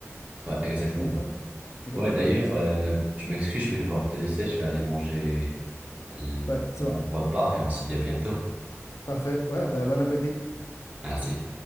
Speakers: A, on the right (about 30°); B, on the left (about 80°).
A: Ouais, exactement.
B: comme fin? Ok,
A: Ouais, d'ailleurs,
B: ah, nice.
A: euh, je m'excuse, je vais devoir te laisser, je vais aller manger euh,
B: Ouais, c'est
A: mon
B: bon,
A: repas et on se dit à bientôt.
B: parfait. Ouais, ben bon appétit.
A: Merci.